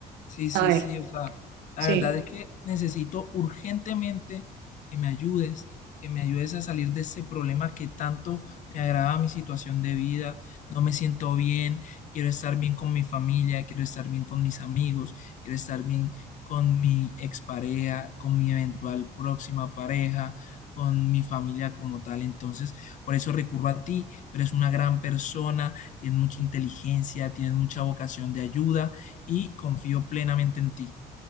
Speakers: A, on the left; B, on the right.
A: Sí,
B: a
A: sí,
B: ver,
A: sí, o sea, la
B: sí.
A: verdad es que necesito urgentemente que me ayudes, que me ayudes a salir de ese problema que tanto me agrava mi situación de vida, no me siento bien, quiero estar bien con mi familia, quiero estar bien con mis amigos, quiero estar bien con mi expareja, con mi eventual próxima pareja, con mi familia como tal. Entonces, por eso recurro a ti, tú eres una gran persona, tienes mucha inteligencia, tienes mucha vocación de ayuda y confío plenamente en ti.